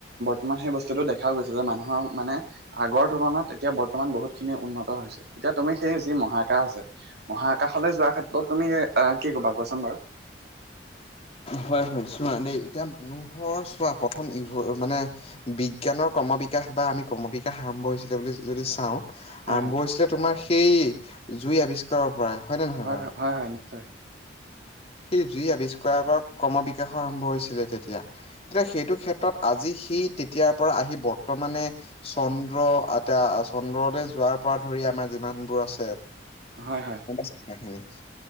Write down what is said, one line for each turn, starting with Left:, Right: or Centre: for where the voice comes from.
Right: তোমান সেই বস্তুতো দেখা গৈছে, যে মানুহৰ মানে আগৰ তুলনাত এতিয়া বৰ্তমান বহুত খিনি উন্নত হৈছে। এতিয়া তুমি সেই যি মহাকাশ আছে, মহাকাশলৈ যোৱাৰ ক্ষেত্ৰত তুমি অ কি কবা কোৱাচোন বাৰু?
Left: হয় হয় চোৱা, দেই এতিয়া মানুহৰ চোৱা প্ৰথম ই মানে বিজ্ঞানৰ ক্ৰৰ্ম বিকাশ বা আমি ক্ৰৰ্ম বিকাশ আৰম্ভ হৈছিলে বুলি যদি চাওঁ
Right: হয়
Left: আৰম্ভ
Right: হয়
Left: হৈছিলে তোমাৰ সেই জুই আৱিষ্কাৰৰ পৰাই হয় নে নহয়?
Right: হয়,
Left: বাৰু?
Right: হয়, হয়, হয় নিশ্চয়।
Left: সেই জুই আৱিষ্কাৰ পৰা ক্ৰৰ্ম বিকাশ আৰম্ভ হৈছিলে তেতিয়া। তেতিয়া সেইটো ক্ষেত্ৰত আজি সি তেতিয়াৰ পৰা আহি বৰ্তমানে চন্দ্ৰ, এতয়া চন্দ্ৰলৈ যোৱাৰ পৰা ধৰি আমাৰ যিমানবোৰ আছে
Right: হয়, হয়।
Left: গম পাইছা কথা খিনি,